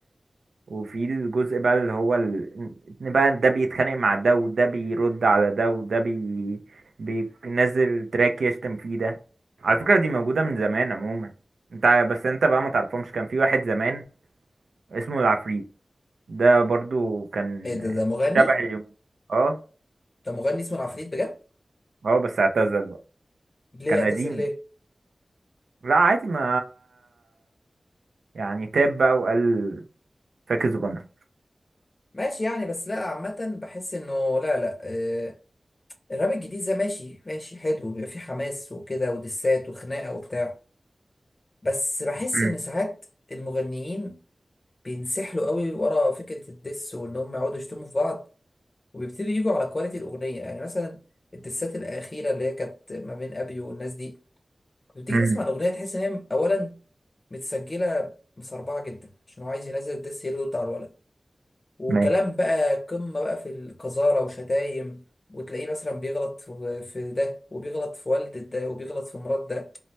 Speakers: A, on the right; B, on the left.
A: وفي الجزء بقى اللي هو ال... إن بقى ده بيتخانق مع ده وده بيرد على ده وده بي... بينزل تراك يشتم فيه ده على فكرة دي موجودة من زمان عموما انت ع- بس انت بقى ما تعرفهمش كان في واحد زمان اسمه العفريت ده برضو كان
B: ايه ده ده مغني
A: شبه اليوم اه
B: ده مغني اسمه العفريت بجد
A: اه بس اعتزل بقى
B: ليه
A: كان
B: اعتزل
A: قديم
B: ليه
A: لا عادي ما يعني تاب بقى وقال فاكس جنة
B: ماشي يعني بس لا عامه بحس انه لا لا آه الراب الجديد ده ماشي ماشي حلو بيبقى فيه حماس وكده ودسات وخناقه وبتاع بس بحس
A: مم.
B: ان ساعات المغنيين بينسحلوا قوي ورا فكره الدس وان هم يقعدوا يشتموا في بعض وبيبتدوا يجوا على كواليتي الاغنيه يعني مثلا الدسات الاخيره اللي هي كانت ما بين ابي والناس دي كنت بتيجي
A: مم.
B: تسمع الاغنيه تحس ان هي اولا متسجله مسربعه جدا عشان هو عايز ينزل الدس يرد على الولد وكلام
A: ماشي
B: بقى قمه بقى في القذاره وشتايم وتلاقيه مثلا بيغلط في في ده وبيغلط في والدة ده وبيغلط في مرات ده